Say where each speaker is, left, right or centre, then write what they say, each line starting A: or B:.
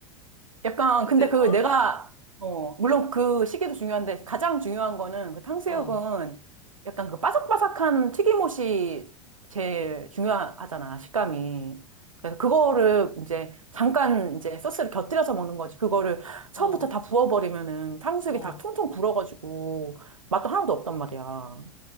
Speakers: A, on the right (about 80°); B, on the left (about 65°).
A: 약간, 근데
B: 내
A: 그
B: 탕,
A: 내가,
B: <laughs>
A: 어, 물론 그 시기도 중요한데 가장 중요한 거는 그 탕수육은
B: 어,
A: 약간 그 바삭바삭한 튀김옷이 제일 중요하잖아, 식감이. 그래서 그거를 이제 잠깐 이제 소스를 곁들여서 먹는 거지. 그거를 처음부터
B: 어,
A: 다 부어버리면은 탕수육이
B: 어.
A: 다 퉁퉁 불어가지고 맛도 하나도 없단 말이야.